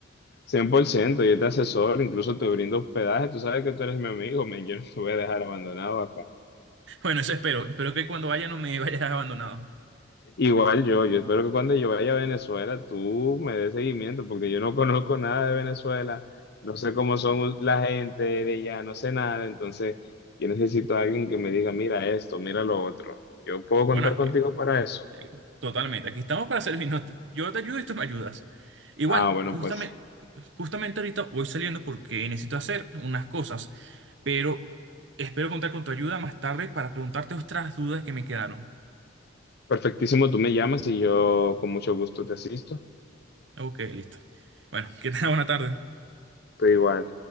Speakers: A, on the left (about 55°); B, on the right (about 65°).
A: cien por ciento yo te asesoro, incluso te brindo hospedaje, tú sabes que tú eres mi amigo, men, yo no te voy a dejar abandonado acá.
B: Bueno, eso espero. Espero que cuando vaya no me vayas abandonado.
A: Igual yo, yo espero que cuando yo vaya a Venezuela tú me des seguimiento, porque yo no conozco nada de Venezuela, no sé cómo son la gente de allá, no sé nada, entonces yo necesito a alguien que me diga, mira esto, mira lo otro. Yo puedo
B: Bueno,
A: contar
B: es
A: contigo
B: que
A: para eso.
B: eh, totalmente. Aquí estamos para servirnos. Yo te ayudo y tú me ayudas. Igual,
A: Ah, bueno,
B: justamente,
A: pues
B: justamente ahorita voy saliendo porque necesito hacer unas cosas, pero espero contar con tu ayuda más tarde para preguntarte otras dudas que me quedaron.
A: perfectísimo, tú me llamas y yo con mucho gusto te asisto.
B: Ok, listo. Bueno, que tengas buena tarde.
A: Estoy igual.